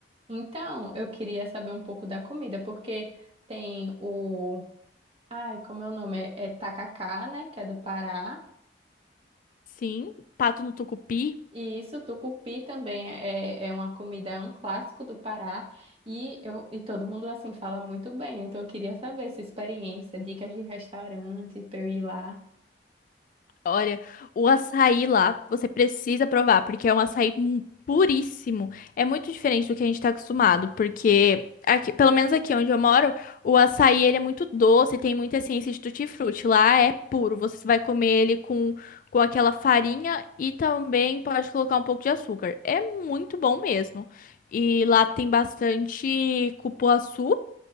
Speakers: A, on the right; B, on the left.
A: Então, eu queria saber um pouco da comida, porque tem o. Ai, como é o nome? É, é tacacá, né? Que é do Pará.
B: Sim, pato no tucupi.
A: E isso, tucupi também é, é uma comida, é um clássico do Pará e, eu, e todo mundo assim fala muito bem. Então eu queria saber sua experiência, dicas de restaurante para eu ir lá.
B: Olha, o açaí lá, você precisa provar, porque é um açaí mu- puríssimo. É muito diferente do que a gente tá acostumado, porque aqui, pelo menos aqui onde eu moro, o açaí ele é muito doce, tem muita essência de tutti-frutti. Lá é puro, você vai comer ele com, com aquela farinha e também pode colocar um pouco de açúcar. É muito bom mesmo. E lá tem bastante cupuaçu,